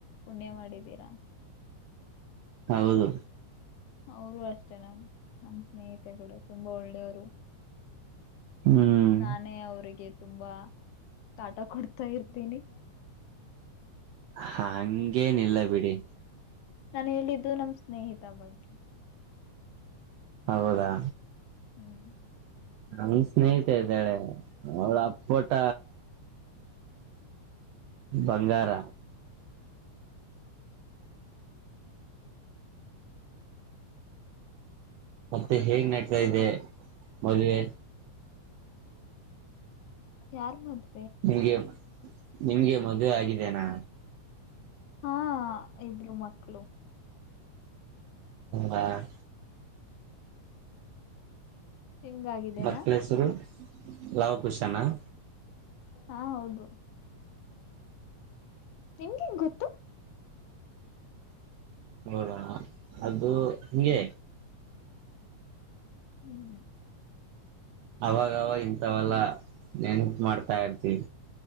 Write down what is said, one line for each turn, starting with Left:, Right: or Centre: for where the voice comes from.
Left: ಪುಣ್ಯ ಮಾಡಿದೀರಾ
Right: ಹೌದು
Left: ಅವರು ಅಷ್ಟೇ ನ ನಮ್ ನಮ ಸ್ನೇಹಿತೆ ಕೂಡ ತುಂಬಾ ಒಳ್ಳೆಯವರು
Right: ಹ್ಮ್
Left: ನಾನೇ ಅವ್ರಿಗೆ ತುಂಬಾ ಕಾಟ ಕೊಡ್ತಾ ಇರ್ತೀನಿ
Right: ಹ ಹಂಗೇನಿಲ್ಲ ಬಿಡಿ
Left: ನಾನ್ ಹೇಳಿದ್ದು ನಮ್ ಸ್ನೇಹಿತ ಬಗ್ಗೆ
Right: ಹೌದಾ
Left: ಹ್ಮ್
Right: ನಮ್ ಸ್ನೇಹಿತ ಇದ್ದಾಳೆ ಅವಳ ಅಪ್ಪಟ
Left: ಹ <inaudible>
Right: ಬಂಗಾರ ಮತ್ತೆ ಹೇಗ್ ನೆಡ್ತಾ ಇದೆ ಮದ್ವೆ
Left: ಯಾರ್ ಮದ್
Right: ನಿಗೆ <unintelligible> ನಿನ್ಗೆ ಮದುವೆ ಆಗಿದೆೇನಾ
Left: ಹಾ ಇಬ್ರು ಮಕ್ಳು
Right: ಹಾ <unintelligible>
Left: ನಿಮ್ಗಾಗಿದ್ದೇನಾ
Right: ಮಕ್ಲ್ ಹೆಸರು ಲವಕುಷ್ ಚನ್ನ <unintelligible>
Left: ಹಾ ಹೌದು ನಿಮ್ಗೆ ಹೆಂಗ್ ಗೊತ್ತು
Right: ಹೌದಾ ಅದು ಹಂಗೆ
Left: ಹ್ಮ್
Right: ಅವಾಗವಾಗ ಇಂತವಲ್ಲ ನೆನಪು ಮಾಡ್ತಾ ಇರ್ತಿವಿ